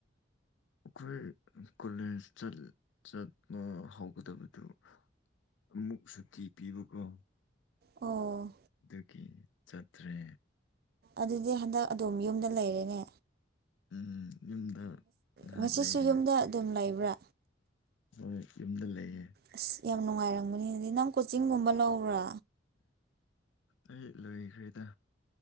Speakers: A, on the left (about 85°); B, on the right (about 55°).
A: ꯑꯩꯈꯣꯏ ꯀꯣꯂꯦꯖ ꯆꯠꯄ ꯍꯧꯒꯗꯕꯗꯨ ꯑꯃꯨꯛ ꯁꯨꯇꯤ ꯄꯤꯕꯀꯣ
B: ꯑꯣ
A: ꯑꯗꯨꯗꯨꯒꯤ ꯆꯠꯊ꯭ꯔꯦ
B: ꯑꯗꯨꯗꯤ ꯍꯟꯗꯛ ꯑꯗꯨꯝ ꯌꯨꯝꯗ ꯂꯩꯔꯦꯅꯦ
A: ꯎꯝ ꯌꯨꯝꯗ ꯉꯥꯏꯍꯥꯛ
B: ꯉꯁꯤꯁꯨ
A: ꯂꯩꯔꯦ
B: ꯌꯨꯝꯗ ꯑꯗꯨꯝ ꯂꯩꯕ꯭ꯔꯥ
A: ꯍꯣꯏ ꯌꯨꯝꯗ ꯂꯩꯌꯦ
B: ꯑꯁ ꯌꯥꯝ ꯅꯨꯡꯉꯥꯏꯔꯝꯕꯅꯤꯗꯤ ꯅꯪ ꯀꯣꯆꯤꯡꯒꯨꯝꯕ ꯂꯧꯕ꯭ꯔꯥ
A: ꯑꯩ ꯂꯣꯏꯈ꯭ꯔꯦꯗ